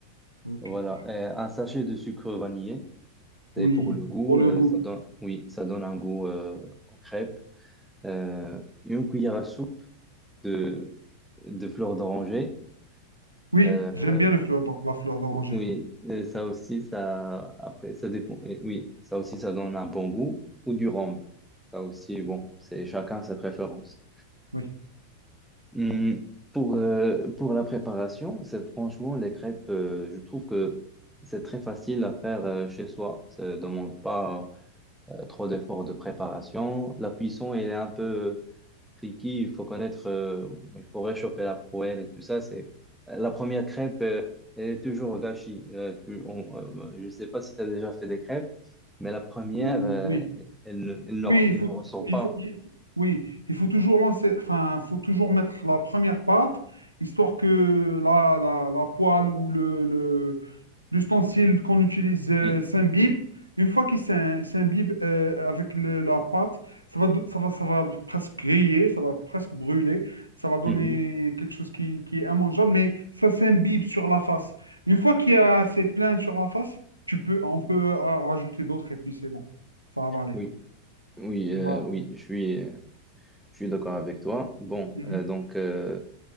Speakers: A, on the right; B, in the centre.
A: ok.
B: Voilà. Et un sachet de sucre vanillé, c'est
A: Oui,
B: pour le goût.
A: pour le
B: euh,
A: goût.
B: ça donne, oui, ça donne un goût euh, aux crêpes. Euh, une cuillère à soupe de, de fleurs d'oranger.
A: Oui,
B: Euh,
A: j'aime bien le fleur d'or- la fleur d'oranger,
B: Oui, et ça aussi, ça, après, ça dépend. et oui, ça aussi, ça donne un bon goût ou du rhum. Ça aussi, bon, c'est chacun ses préférences.
A: oui.
B: Hum, pour, euh, pour la préparation, c'est franchement les crêpes, euh, je trouve que c'est très facile à faire euh, chez soi. Ça ne demande pas euh, trop d'efforts de préparation. La cuisson, elle est un peu Cliquis, il faut connaître, euh, il faut réchauffer la poêle et tout ça. C'est la première crêpe, euh, elle est toujours au gâchis. Euh, tu- on- euh, je ne sais pas si tu as déjà fait des crêpes, mais la première,
A: Oui,
B: euh, elle, ne, elle ne-
A: Oui, il
B: elle
A: faut,
B: ne ressort pas.
A: il faut, il faut- oui, il faut toujours lancer, enfin, faut toujours mettre la première pâte, histoire que la, la, la poêle ou le, le- l'ustensile qu'on utilise euh,
B: Oui,
A: s'imbibe. Une fois qu'il s'im- s'imbibe euh, avec le- la pâte, ça va, do- ça va, ça va presque griller, ça va presque brûler, ça va donner
B: Mhm.
A: quelque chose qui, qui est immangeable, mais ça s'imbibe sur la face. Une fois qu'il y a assez plein sur la face, tu peux, on peut euh, rajouter d'autres et puis c'est bon, ça va aller.
B: Oui, oui, euh,
A: Donc, Voilà.
B: oui, je suis, euh, je suis d'accord avec toi. Bon,
A: Mhm.
B: euh, donc euh,